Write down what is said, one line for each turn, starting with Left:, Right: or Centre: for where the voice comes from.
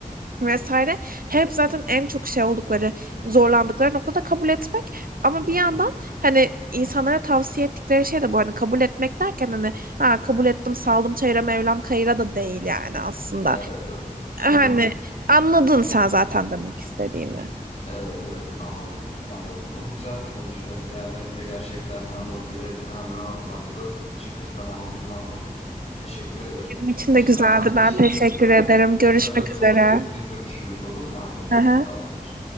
Right: vesaire hep zaten en çok şey oldukları zorlandıkları noktada kabul etmek ama bir yandan
Left: Hı hı.
Right: hani insanlara tavsiye ettikleri şey de bu hani kabul etmek derken hani ha, kabul ettim saldım çayıra Mevlam kayıra da değil yani aslında.
Left: Evet evet.
Right: Hani
Left: Hı hı.
Right: anladın sen zaten demek istediğimi.
Left: Evet evet anladım anladım. Çok güzel bir konuşma oldu. Yani beni de gerçekten hem motive etti hem rahatlattı. Birçok açıdan aydınlandım. Teşekkür ederim.
Right: Benim için
Left: Şimdi
Right: de güzeldi.
Left: acil bir
Right: Ben
Left: işim
Right: teşekkür
Left: çıktı.
Right: ederim. Görüşmek
Left: Ee,
Right: üzere.
Left: yine yine görüşürüz olur mu? Hadi
Right: Hı hı.
Left: tamamdır.